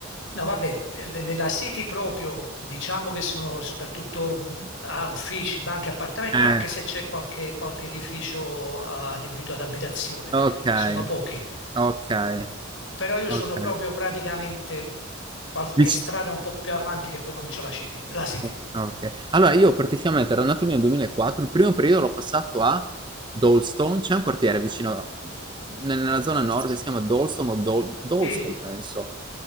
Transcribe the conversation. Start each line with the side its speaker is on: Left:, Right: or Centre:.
Left: no, vabbè, eh, nella City proprio diciamo che sono soprattutto mh, a uffici, banche, appartamenti,
Right: Eh,
Left: anche se c'è qualche, qualche edificio eh, adibito ad abitazione,
Right: okay,
Left: sono pochi.
Right: okay,
Left: Però io sono
Right: okay.
Left: proprio praticamente qualche
Right: Vic
Left: strada un po' più avanti che poi comincia la City. La City.
Right: o okay. Allora io praticamente ero nato lì nel 2004, il primo periodo l'ho passato a Dolstone, c'è un quartiere vicino, mhmm, ne nella zona nord che si chiama Dolstone o Dol Dolstone
Left: Sì,
Right: penso.